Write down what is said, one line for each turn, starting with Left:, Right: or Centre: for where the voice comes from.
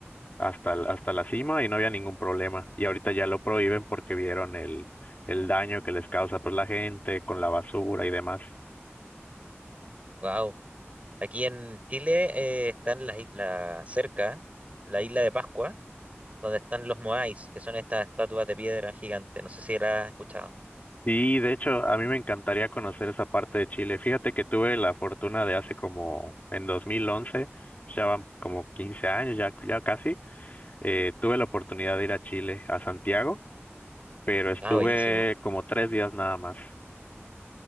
Left: hasta, el- hasta la cima y no había ningún problema, y ahorita ya lo prohíben porque vieron el, el daño que les causa, pues, la gente con la basura y demás.
Right: Wow. Aquí en Chile eh, están las, is- la, cerca, la isla de Pascua, donde están los moais, que son estas estatuas de piedra gigantes. No sé si la has escuchado.
Left: Sí, de hecho, a mí me encantaría conocer esa parte de Chile. Fíjate que tuve la fortuna de hace como en 2011, ya van como 15 años, ya, ya casi, eh, tuve la oportunidad de ir a Chile, a Santiago, pero estuve
Right: Ah, buenísimo.
Left: como tres días nada más.